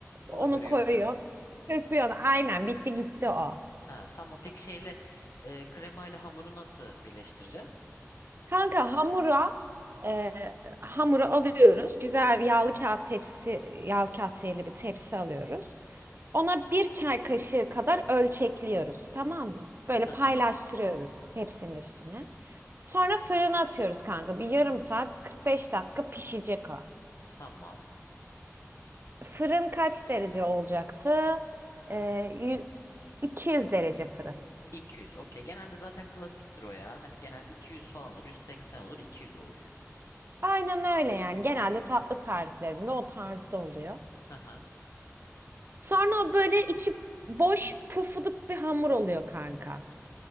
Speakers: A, on the right; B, on the left.
A: onu
B: Ona göre
A: koyuyor.
B: yapıyorum.
A: Çırpıyor. Aynen bitti gitti o.
B: Ha tamam. Peki şeyle e, kremayla hamuru nasıl birleştireceğiz?
A: Kanka hamura e, hamuru alıyoruz. Güzel yağlı kağıt tepsi, yağlı kaseyeli bir tepsi alıyoruz. Ona bir çay kaşığı kadar ölçekliyoruz. Tamam mı? Böyle
B: Aha.
A: paylaştırıyoruz tepsinin üstüne. Sonra fırına atıyoruz kanka. Bir yarım saat 45 dakika pişecek o.
B: Tamam.
A: Fırın kaç derece olacaktı? E, yü- 200 derece fırın.
B: 200. Okey. Genelde zaten klasiktir o ya. Hani genel 200 falan olur. 180 olur. 200 olur.
A: Aynen öyle yani. Genelde tatlı tariflerinde o tarzda oluyor.
B: Aha,
A: Sonra o böyle içi boş pufuduk bir hamur oluyor kanka.